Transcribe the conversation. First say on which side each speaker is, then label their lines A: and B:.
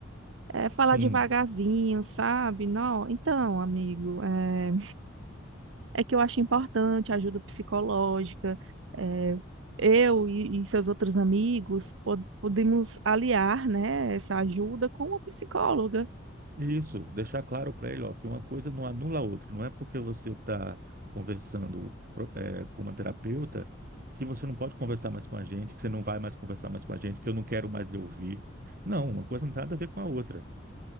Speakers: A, on the right; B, on the right.
A: É falar
B: Sim,
A: devagarzinho, sabe? Não, então, amigo, é, é que eu acho importante a ajuda psicológica. é, Eu e, e seus outros amigos po- podemos aliar, né, essa ajuda com uma psicóloga.
B: e isso, deixar claro para ele, ó, que uma coisa não anula a outra. Não é porque você está conversando, pro- é, com uma terapeuta que você não pode conversar mais com a gente, que você não vai mais conversar mais com a gente, que eu não quero mais lhe ouvir. Não, uma coisa não tem nada a ver com a outra.